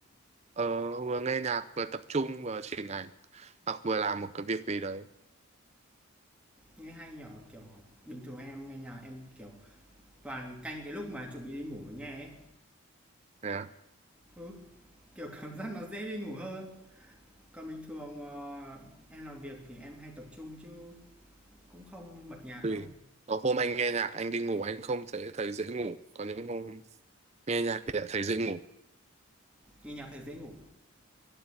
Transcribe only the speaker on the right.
ờ, vừa nghe nhạc vừa tập trung vừa chỉnh ảnh hoặc vừa làm một cái việc gì đấy
Thế á.
tùy
có hôm anh nghe nhạc anh đi ngủ anh không thấy thấy dễ ngủ có những hôm nghe nhạc thì lại thấy dễ ngủ